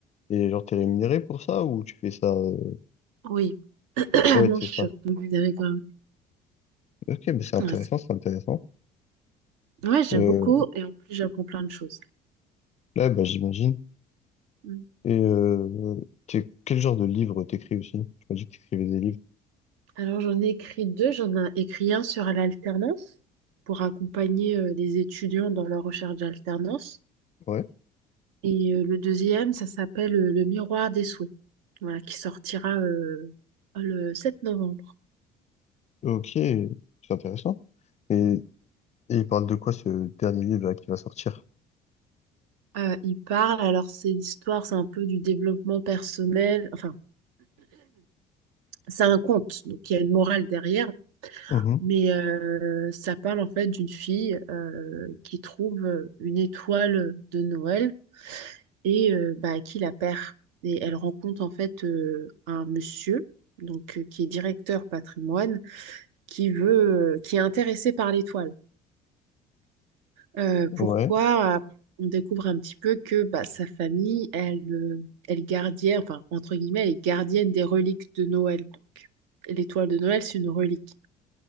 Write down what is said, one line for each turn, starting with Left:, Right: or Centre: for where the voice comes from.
Left: et genre t'es rémunéré pour ça ou tu fais ça? euh,
Right: Oui, <clears throat>
Left: Ouais,
Right: non,
Left: c'est
Right: je
Left: ça.
Right: suis rémunérée quand même.
Left: Ok, mais c'est intéressant,
Right: Ouais, c'est-
Left: c'est intéressant.
Right: ouais, j'aime
Left: Euh,
Right: beaucoup et en plus j'apprends plein de choses.
Left: là, bah, j'imagine.
Right: Mm.
Left: Et euh, t'es- quel genre de livre t'écris aussi? Tu m'as dit que t'écrivais des livres.
Right: Alors j'en ai écrit deux, j'en ai écrit un sur l'alternance pour accompagner euh, les étudiants dans leur recherche d'alternance.
Left: Ouais.
Right: Et euh, le deuxième, ça s'appelle euh, Le miroir des souhaits, voilà, qui sortira euh, le 7 novembre.
Left: Ok, c'est intéressant. Et, et il parle de quoi ce dernier livre là, qui va sortir?
Right: Euh, il parle, alors c'est l'histoire, c'est un peu du développement personnel, enfin c'est un conte, donc il y a une morale derrière.
Left: Mhm.
Right: Mais euh, ça parle en fait d'une fille euh, qui trouve une étoile de Noël et euh, bah, qui la perd. Et elle rencontre en fait euh, un monsieur donc euh, qui est directeur patrimoine qui veut euh, qui est intéressé par l'étoile. Euh,
Left: Ouais.
Right: pourquoi? On découvre un petit peu que bah, sa famille, elle, euh, elle est gardienne, enfin entre guillemets, elle est gardienne des reliques de Noël. Donc Et l'étoile de Noël, c'est une relique.